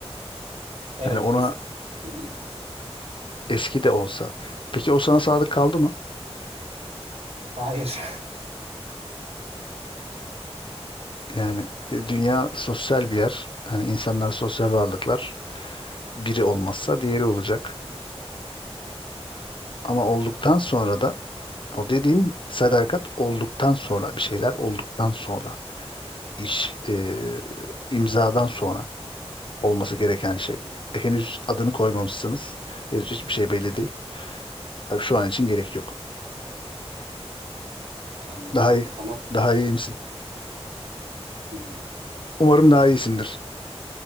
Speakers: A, on the right; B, on the left.
A: Evet,
B: Yani ona
A: eski sevgilime.
B: eski de olsa. Peki o sana sadık kaldı mı?
A: Hayır.
B: Yani e, dünya sosyal bir yer. Hani insanlar sosyal varlıklar. Biri
A: <laughs>
B: olmazsa diğeri olacak. Ama olduktan sonra da o dediğin sadakat olduktan sonra bir şeyler olduktan sonra iş e, imzadan sonra olması gereken şey.
A: Hı,
B: E, henüz adını koymamışsınız. Henüz hiçbir şey belli değil. Tabii şu an için gerek yok.
A: Anladım.
B: Daha iyi.
A: Tamam.
B: Daha iyi misin?
A: Hı hı.
B: Umarım daha iyisindir.